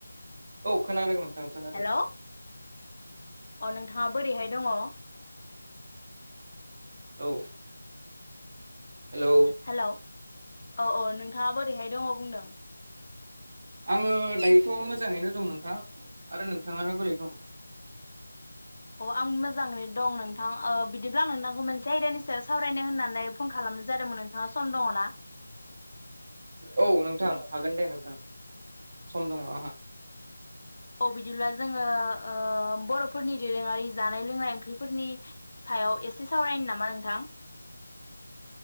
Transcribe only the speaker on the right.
औ खोनादों नों ओं खोनादों।
औ हेलौ
आंङो दायोथ मोजाङैनो दं नोंथां आरो नोंथाङालाय बोरै दं
औ नोंथां हागोन दे नोंथां। सम दङ आंहा।